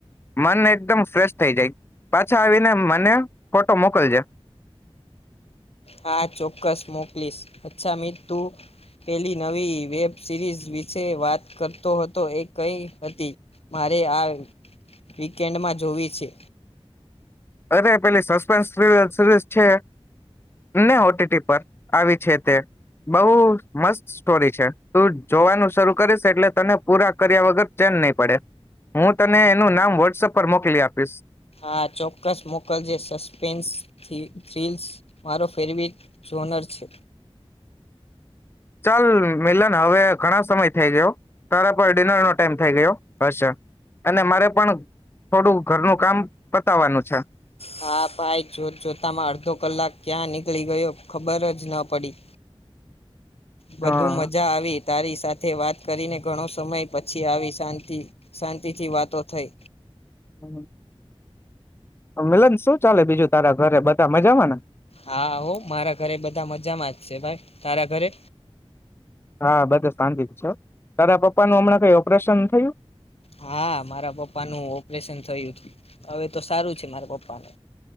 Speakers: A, on the left; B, on the left.
A: મન એકદમ ફ્રેશ થઈ જાય, પાછા આવીને મને ફોટો મોકલજે.
B: હા, ચોક્કસ મોકલીશ. અચ્છા મિત તું પેલી નવી વેબ સિરીઝ વિશે વાત કરતો હતો, એ કઈ હતી? મારે આ વીકેન્ડમાં જોવી છે.
A: અરે પેલી સસ્પેન્સ સિરીયલ સિરીઝ છે. ને ઓટીટી પર. આવી છે તે, બહુ મસ્ત સ્ટોરી છે. તું જોવાનું શરૂ કરીશ એટલે તને પૂરા કર્યા વગર ચેન નહીં પડે. હું તને એનું નામ વોટ્સઅપ પર મોકલી આપીશ.
B: હા, ચોક્કસ મોકલજે. સસ્પેન્સ થ્રી થ્રીલ્સ મારો ફેવરિટ જોનર છે.
A: ચાલ મિ મિલન, હવે ઘણા સમય થઈ ગયો. તારા પર ડિનર નો ટાઈમ થઈ ગયો હશે, અને મારે પણ થોડું ઘરનું કામ પતાવવાનું છે.
B: હા ભાઈ. જોત જોતામાં અડધો કલાક ક્યાં નીકળી ગયો ખબર જ ન પડી. બધું
A: હા
B: મજા આવી. તારી સાથે વાત કરીને ઘણો સમય પછી આવી શાંતિ શાંતિથી વાતો થઈ.
A: હમ્મ. મિલન શું ચાલે બીજું તારા ઘરે બધા મજામાં ને?
B: હા હો. મારા ઘરે બધા મજામાં જ છે ભાઈ. તારા ઘરે?
A: હા બધું શાંતિ જ છે હો. તારા પપ્પા નું હમણાં કઈ ઓપરેશન થયું?
B: હા મારા પપ્પાનું ઓપરેશન થયું તું. હવે તો સારું છે મારા પપ્પાને.